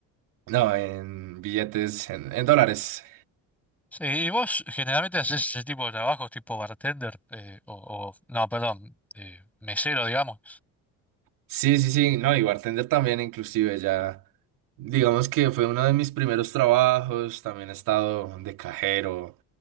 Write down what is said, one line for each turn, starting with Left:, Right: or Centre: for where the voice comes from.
Right: No, en billetes, en, en dólares.
Centre: Sí, ¿y vos generalmente haces ese tipo de trabajos tipo bartender? eh, o, o- no, perdón, eh, mesero, digamos.
Right: Sí, sí, sí, no, y bartender también, inclusive ya, digamos que fue uno de mis primeros trabajos, también he estado de cajero,